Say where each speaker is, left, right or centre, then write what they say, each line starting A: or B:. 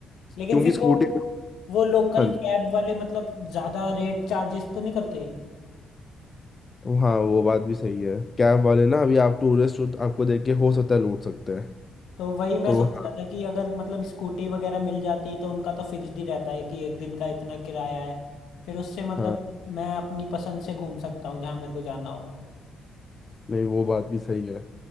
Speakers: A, on the left; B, on the left.
A: लेकिन
B: क्योंकि
A: फिर
B: स्कूटी
A: वो वो लोकल
B: हाँ जी
A: कैब वाले मतलब ज्यादा रेट चार्जेस तो नहीं करते
B: हाँ वो बात भी सही है कैब वाले ना अभी आप टूरिस्ट हो तो आपको देख के हो सकता है लूट सकते हैं
A: तो वही मैं
B: तो
A: सोच
B: हाँ
A: रहा था कि अगर मतलब स्कूटी वगैरह मिल जाती तो उनका तो फिक्स्ड ही रहता है कि एक दिन का इतना किराया है फिर उससे मतलब
B: हाँ
A: मैं अपनी पसंद से घूम सकता हूँ जहाँ मेरे को जाना हो
B: नहीं वो बात भी सही है